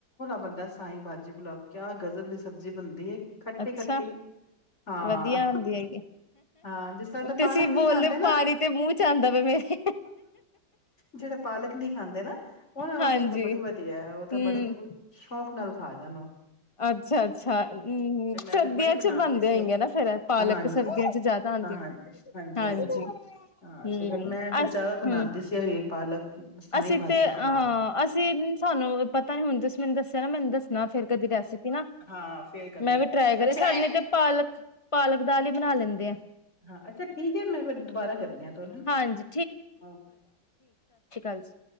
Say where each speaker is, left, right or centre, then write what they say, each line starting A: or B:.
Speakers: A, on the left (about 35°); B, on the left (about 20°).
A: ਬੰਦਾ ਸਾਈ ਬਾਾਜੀ ਪੁਲਾਵ ਕਿਆ ਗਜ਼ਬ ਦੀ ਸਬਜ਼ੀ ਬਣਦੀ ਹੈ ਖੱਟੀ
B: ਅੱਛਾ
A: ਖੱਟੀ ਹਾਂ
B: ਵਧੀਆ ਹੁੰਦੀ ਹੈਗੀ
A: ਹਾਂ ਜਿਸ ਤਰ੍ਹਾਂ ਤਾਂ
B: ਤੁਸੀਂ
A: ਪਾਲਕ ਨਹੀਂ
B: ਬੋਲਦੇ
A: ਖਾਂਦੇ ਨਾ
B: ਪਾਣੀ ਤੇ ਮੂੰਹ ਚ ਆਂਦਾ ਪਿਆ ਮੇਰੇ
A: ਜਿਹੜੇ ਪਾਲਕ ਨ ਖਾਂਦੇ ਨਾ ਉਹਨਾਂ ਵਾਸਤੇ
B: ਹਾਂਜੀ
A: ਤਾਂ ਬੜੀ ਵਧੀਆ ਹੈ ਉਹ ਤਾਂ
B: ਹੂੰ
A: ਬੜੇ ਸ਼ੌਕ ਨਾਲ ਖਾ ਜਾਣਾ
B: ਅੱਛਾ ਅੱਛਾ ਹਮ
A: ਮੈਂ
B: ਸਰਦੀਆਂ
A: ਫੇਰ ਬੜੀ ਬਣਾਉਂਦੀ
B: ਚ ਬਣਦੇ
A: ਸੀ
B: ਹੋਏਗੇ
A: ਉਹ।
B: ਨਾ ਫੇਿਰ ਪਾਲਕ
A: ਹਾਂਜੀ
B: ਸਰਦੀਆਂ ਚ ਜ਼ਿਆਦਾ ਆਉਂਦੀਆਂ
A: ਹਾਂ ਹਾਂਜੀ-ਹਾਂਜੀ।
B: ਹਾਂਜੀ
A: ਹਾਂ
B: ਹੂ
A: ਤੇ ਫੇਰ ਮੈਂ ਫਿਰ
B: ਅਸ
A: ਜ਼ਿਆਦਾ ਬਣਾਉਂਦੀ
B: ਹੂ
A: ਸੀ ਇਹ ਪਾਲਕ ਸਾਈ
B: ਅਸੀਂ
A: ਭਾਜੀ
B: ਤੇ
A: ਪੁਲਾਵ।
B: ਹਾਂ ਅਸੀਂ ਸਹਾਨੂੰ ਪਤਾ ਨੀ ਹੁਣ ਤੁਸੀਂ ਮੈਨੂੰ ਦੱਸਿਆ ਨਾ ਮੈਨੂੰ ਦੱਸ ਫੇਰ ਕਦੀ ਰੈਸੀਪੀ ਨਾ
A: ਹਾਂ ਫੇਰ ਕਦੀ
B: ਮੈਂ ਵੀ ਟਰਾਈ ਕਰੇ
A: ਅੱਛਾ
B: ਸਾਡੇ ਨੇ ਤੇ ਪਾਲਕ ਪਾਲਕ ਦਾਲ ਹੀ ਬਣਾ ਲੈਂਦੇ ਆ
A: ਹਾਂ ਅੱਛਾ ਠੀਕ ਹੈ ਮੈਂ ਫਿਰ ਦੁਬਾਰਾ ਕਰਨੀ ਆ ਤੁਹਾਨੂੰ ਹੈ
B: ਹਾਂਜੀ
A: ਨਾ
B: ਹਾਂਜੀ